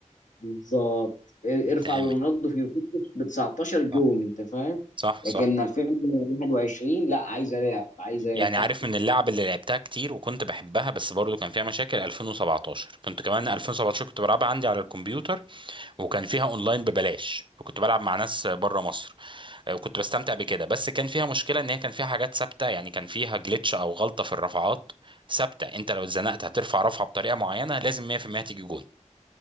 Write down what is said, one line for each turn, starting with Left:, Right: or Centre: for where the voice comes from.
Left: بالظبط ار-
Right: تتعمل
Left: ارفع رونالدو في يوفنتوس ب 19 جون
Right: صح
Left: انت فاهم
Right: صح
Left: لكن
Right: صح
Left: 2021 لا عايزه لعب عايزه
Right: يعني
Left: تكتيك
Right: عارف من اللعب اللي لعبتها كتير وكنت بحبها بس برضو كان فيها مشاكل 2017 كنت كمان 2017 كنت بلعبها عندي على الكمبيوتر وكان فيها اونلاين ببلاش وكنت بلعب مع ناس بره مصر آه، وكنت بستمتع بكده بس كان فيها مشكله ان هي كان فيها حاجات ثابته يعني كان فيها جلitch او غلطه في الرفعات ثابته انت لو اتزنقت هترفع رفعه بطريقه معينه لازم 100% تيجي جون